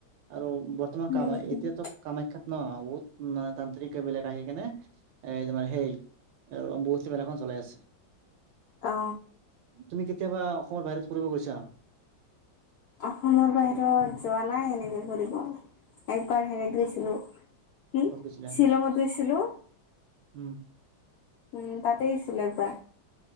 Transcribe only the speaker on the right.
আৰু বৰ্তমান
কামা এতিয়াতো কামাখ্যাত ন, বহুত ন তান্ত্ৰিকবিলাক আহি কেনে এ তোমাৰ সেই এৰ অম্বোবাচি মেলাখন চলাই আছে।
তুমি কেতিয়াবা অসমৰ বাহিৰত ফুৰিব গৈছা?
ক'ত গৈছিলা
উম।